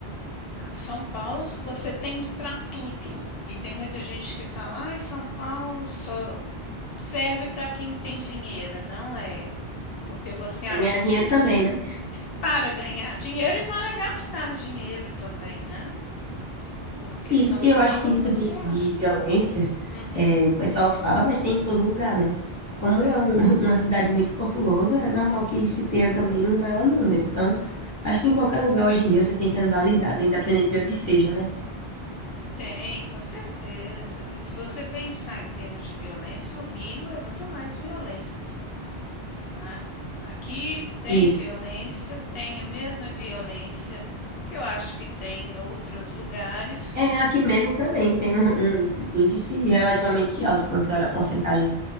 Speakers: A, on the left (about 70°); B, on the left (about 15°).
A: Não, São Paulo você tem para tudo, e tem muita gente que fala: "Ai, São Paulo só serve para quem tem dinheiro", não é. Porque você acha
B: Pra ganhar
A: de
B: dinheiro
A: tudo,
B: também, né?
A: para ganhar dinheiro e para gastar dinheiro também, né? Porque
B: Isso,
A: São
B: e
A: Paulo
B: eu acho que isso
A: você
B: de,
A: acha.
B: de violência,
A: Hum,
B: é, o pessoal fala, mas tem em todo lugar, né? Como
A: tem.
B: é um- <laughs> uma cidade muito populosa, é normal que se tenha também um maior número. Então, acho que em qualquer lugar hoje em dia você tem que andar ligado, independente de onde seja, né?
A: Tem, com certeza. E se você pensar em termos de violência, o Rio é muito mais violento, né? Aqui tem
B: Isso.
A: violência, tem a mesma violência que eu acho que tem em outros lugares.
B: É, aqui mesmo também tem um, um índice relativamente alto quando você olha a porcentagem